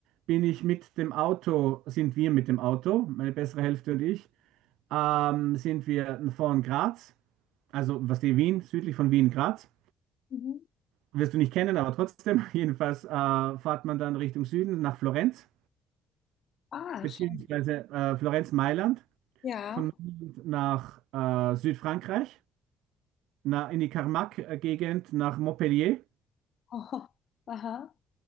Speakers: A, on the right; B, on the left.
A: bin ich mit dem Auto, sind wir mit dem Auto, meine bessere Hälfte und ich, ähm, sind wir von Graz, also was die Wien, südlich von Wien, Graz,
B: Mhm.
A: wirst du nicht kennen, aber trotzdem, <laughs> jedenfalls äh, fährt man dann Richtung Süden nach Florenz,
B: Ah,
A: beziehungsweise
B: schon.
A: äh, Florenz-Mailand,
B: Ja.
A: von Mailand nach äh, Südfrankreich, na, in die Carmac-Gegend nach Montpellier.
B: <laughs> aha.